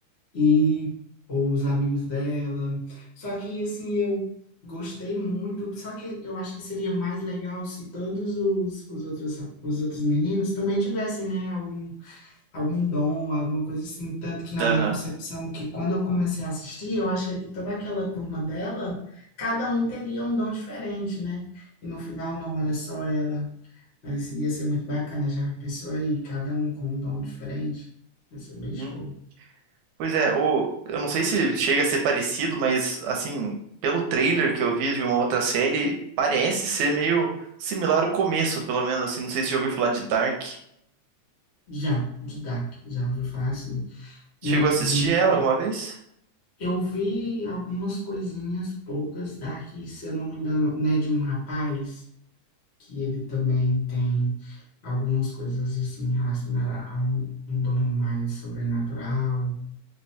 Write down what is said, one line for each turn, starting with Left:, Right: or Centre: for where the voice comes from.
Left: e ou os amigos dela. Só que assim eu gostei muito, só que eu acho que seria mais legal se todos os, os outros os outros meninos também tivessem, né, algum algum dom, alguma coisa assim, tanto que na
Right: Aham.
Left: minha concepção que quando eu comecei a assistir, eu achei que toda aquela turma dela, cada um teria um dom diferente, né? E no final não era só ela. Mas ia ser muito bacana, já pensou aí, cada um com um dom diferente? Ia ser bem
Right: Uhum.
Left: show.
Right: Pois é, o, eu não sei se chega a ser parecido, mas assim, pelo trailer que eu vi de uma outra série, parece ser meio similar o começo, pelo menos assim. Não sei se já ouviu falar de Dark.
Left: Já, de Dark, já ouvi falar assim,
Right: Chegou
Left: né? De
Right: a assistir
Left: um,
Right: ela alguma vez?
Left: eu vi algumas coisinhas poucas Dark, se eu não me engano, né? De um rapaz que ele também tem algumas coisas assim relacionadas a um, um dom mais sobrenatural.